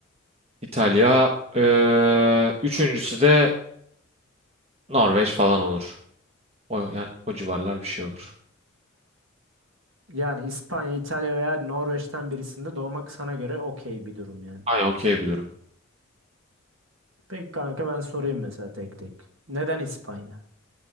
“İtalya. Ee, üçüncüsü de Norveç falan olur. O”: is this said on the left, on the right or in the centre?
Right